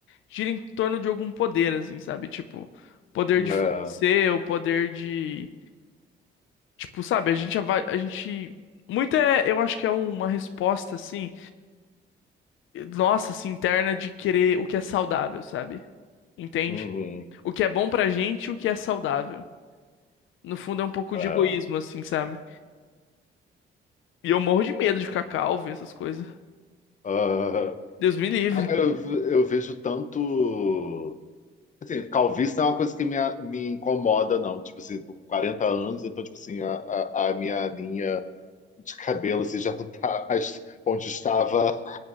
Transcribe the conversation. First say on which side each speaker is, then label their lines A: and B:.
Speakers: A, on the left; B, on the left.
A: gira em torno de algum poder, assim, sabe? Tipo, poder
B: É,
A: de ser, o poder de, tipo, sabe? A gente, ava- a gente, muito é, eu acho que é uma resposta, assim, nossa, assim, interna de querer o que é saudável, sabe? Entende?
B: uhum,
A: O que é bom pra gente, e o que é saudável. No fundo é um pouco
B: é,
A: de egoísmo, assim, sabe? E eu morro de medo de ficar calvo e essas coisas.
B: ah.
A: Deus me livre.
B: Ah, cara, eu, ve- eu vejo tanto. Assim, calvície não é uma coisa que me, a- me incomoda, não. Tipo assim, com 40 anos, então, tipo assim, a, a, a minha linha de cabelo assim, já não tá mais onde estava